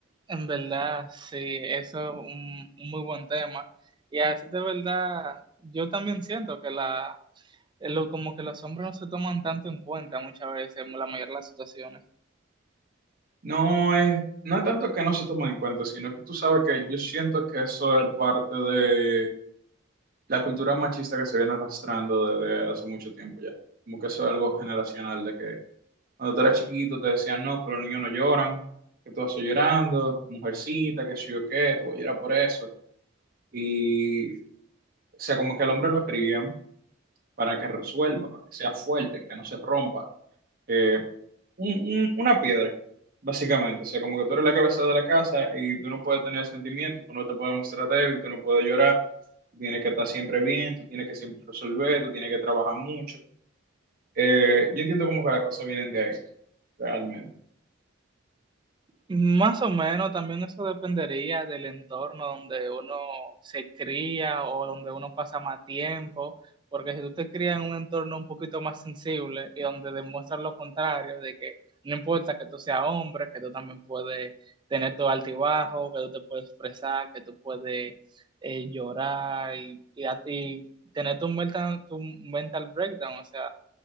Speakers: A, on the right; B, on the right.
A: en verdad, sí, eso es un, un muy buen tema. Y a veces de verdad, yo también siento que la, eh, lo, como que los hombres no se toman tanto en cuenta muchas veces en la mayoría de las situaciones.
B: No es, no es tanto que no se tomen en cuenta, sino que tú sabes que yo siento que eso es parte de la cultura machista que se viene arrastrando desde hace mucho tiempo ya. Como que eso es algo generacional, de que cuando tú eras chiquito te decían, no, que los niños no lloran, que tú vas llorando, mujercita, que sí o qué, tú vas a llorar por eso. Y, o sea, como que al hombre lo crían para que resuelva, para que sea fuerte, que no se rompa eh, un- un- una piedra, básicamente. O sea, como que tú eres la cabeza de la casa y tú no puedes tener sentimientos, tú no te puedes mostrar débil, tú no puedes llorar, tú tienes que estar siempre bien, tú tienes que siempre resolver, tú tienes que trabajar mucho. Eh, yo entiendo como que las cosas vienen de ahí, realmente.
A: Más o menos, también eso dependería del entorno donde uno se cría o donde uno pasa más tiempo, porque si tú te crías en un entorno un poquito más sensible y donde demuestras lo contrario, de que no importa que tú seas hombre, que tú también puedes tener tu altibajo, que tú te puedes expresar, que tú puedes eh, llorar y, y, a ti tener tu mental, tu mental breakdown, o sea,